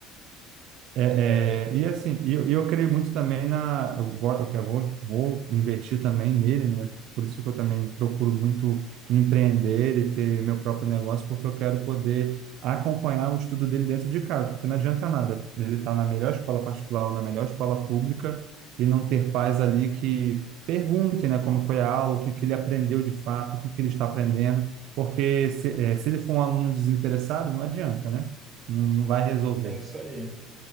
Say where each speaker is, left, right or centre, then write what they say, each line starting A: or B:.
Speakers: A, on the right; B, on the right.
A: É,
B: É,
A: é, e assim, e eu, e eu creio muito também na. Eu, go- eu vou, vou investir também nele, né? Por isso que eu também procuro muito empreender e ter meu próprio negócio, porque eu quero poder acompanhar o estudo dele dentro de casa, porque não adianta nada. Ele está na melhor escola particular ou na melhor escola pública e não ter pais ali que perguntem, né, como foi a aula, o que, que ele aprendeu de fato, o que, que ele está aprendendo, porque se, é, se ele for um aluno desinteressado, não adianta, né? Não, não vai resolver.
B: é isso aí.